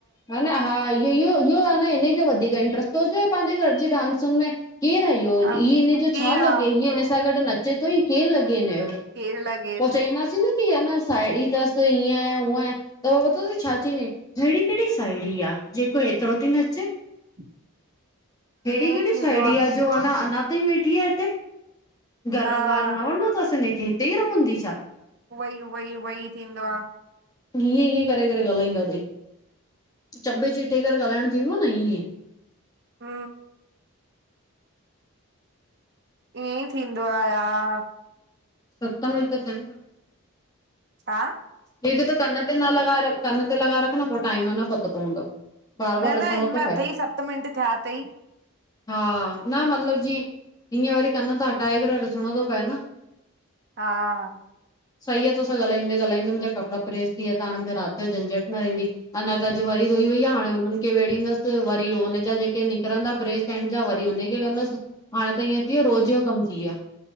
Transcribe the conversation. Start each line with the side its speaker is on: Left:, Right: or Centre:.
Left: ह न हा इह इहो इहो आहे न हिनजो वधीक इंट्रस्ट थो अचे पंहिंजे घर जी डांसुनि मे केरु आयो
Right: हा
Left: इ हिनन जो
Right: केरु
Left: छा
Right: आ
Left: लॻे इयो हिन सां गॾु नचे थो ईयो केरु लॻे हिन जो।
Right: केर लॻ।
Left: पो चवंदसीं न की न साहेड़ी तस ईंयआहे हूअं आहे। त पतो छा चईंदी अहेड़ी कहेड़ी साहेणी आहे जेको ऐतिरो थी नचे-
Right: <inaudible> ई
Left: ऐड़ी
Right: ईअं
Left: केहड़ी
Right: ई थींदो
Left: साहणी आ। जो अञा अञा ताईं वेठी आहे हिते, घर
Right: हा
Left: वार न वञणो तस हिनखे हिते ई। हूंदी छा।
Right: उहई उह ई उहई थींदो आ।
Left: हींय हींय करे करे ॻाल्हाईंदा तई। चॿे चिटे करे ॻाल्हाइण थींदोआन ईएं।
Right: हू ईंय ई थींदो आहे यार
Left: सतमिंट थिंन।
Right: छा।
Left: ह जो त कन ते न लॻाए कन ते लॻाए रख न पोइ टाइम जो न पतो पवंदो। बार बार
Right: न
Left: ॾिसणो
Right: न हिनमे
Left: थो
Right: मे
Left: पए
Right: अथई सत मिंट थिया तई।
Left: हा न मतलबु जींय हींय वरी कनि था हटाये ॾिसणो थो पए न।
Right: हा
Left: सही आ तोसां ॻाल्हाईंदे ॻाल्हाईंदे मुंहिंजा कपिड़ा प्रेस थी विया त हाणे मूंखे रात जो झंझटि न रहंदी। अञा त अॼ वरी धोई वई आ हाणे हुनन खे वेड़ींदस वरी हुनजा जेके निकरंदा प्रेस। थियन जा वरी हुनखे कंदस हाणे त इंय थी वयो रोज़ जो कम थी वयो आ